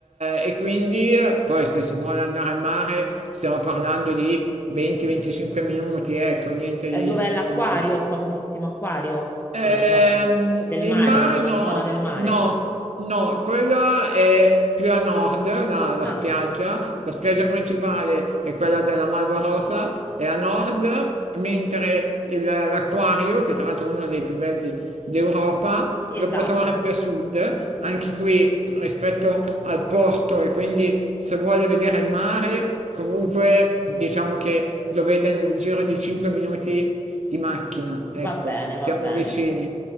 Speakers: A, on the right; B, on the left.
A: eh, e quindi eh, poi se si vuole andare al mare stiamo parlando di 20-25 minuti, ecco, niente
B: è
A: di...
B: dov'è l'acquario,
A: con-
B: il famosissimo acquario?
A: Ehm,
B: Quella zona del
A: il
B: mare,
A: mare
B: dico la
A: no,
B: zona del mare.
A: no, no, quella è più a nord, la, la
B: Ah,
A: spiaggia, la spiaggia principale è quella della Malva Rosa, è a nord, mentre il- l'acquario, che tra l'altro è uno dei più belli d'Europa,
B: Sì,
A: lo
B: esatto,
A: può trovare
B: sì.
A: più a sud, anche qui rispetto al porto e quindi se vuole vedere il mare, comunque diciamo che lo vede nel giro di 5 minuti di macchina, ecco,
B: Va bene,
A: siamo
B: va bene.
A: vicini.